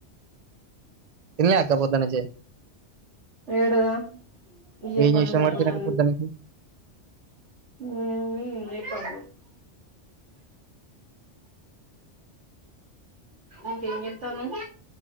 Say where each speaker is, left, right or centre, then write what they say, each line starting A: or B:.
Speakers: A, on the right; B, on the right.
A: తిన్లే అక్క పొద్దనుంచి
B: ఏడరా ఇయ్యే
A: ఏం
B: పనులు
A: జేసినవ్
B: సరిపోతాన్నాయి
A: మరి తినక పొద్దనుంచి
B: ఏమి జెప్పాలి ఇంకేం చేత్తవ్ నువ్